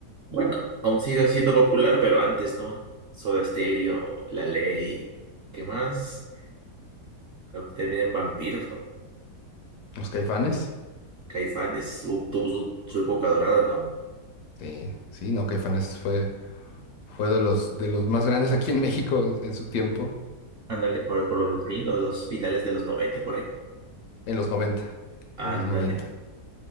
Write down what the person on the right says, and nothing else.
bueno, aún sigue siendo popular, pero antes, ¿no? Soda Stereo, La Ley, ¿qué más? Creo que también en Vampiros, ¿no?
Caifanes su- tuvo su, su época dorada, ¿no?
Ándale, por, por los 2000 o los finales de los 90 por ahí.
Ándale,